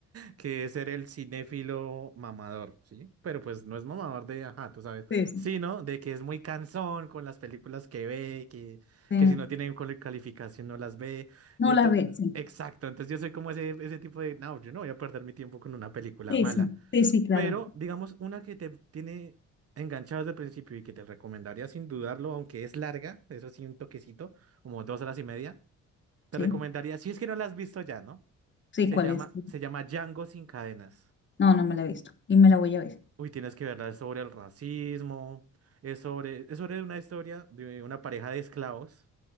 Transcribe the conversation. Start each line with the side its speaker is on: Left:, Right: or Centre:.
Right: que es ser el cinéfilo mamador, ¿sí? Pero pues no es mamador de, ajá, tú sabes,
Left: Sí, sí.
Right: sino de que es muy cansón con las películas que ve, que,
Left: Sí.
Right: que si no tienen cual- calificación no las ve.
Left: No
Right: Ento-
Left: la ve, sí.
Right: exacto, entonces yo soy como ese, ese tipo de, no, yo no voy a perder mi tiempo con una película
Left: Sí,
Right: mala,
Left: sí, sí, sí, claro.
Right: pero digamos una que te tiene enganchado desde el principio y que te recomendaría sin dudarlo, aunque es larga, eso sí, un toquecito, como dos horas y media, te
Left: Sí,
Right: recomendaría, si es que no la has visto ya, ¿no?
Left: sí,
Right: Se
Left: ¿cuál
Right: llama,
Left: es?
Right: se llama Django sin cadenas.
Left: No, no me la he visto y me la voy a ver.
Right: Uy, tienes que verla, es sobre el racismo, es sobre, es sobre una historia de una pareja de esclavos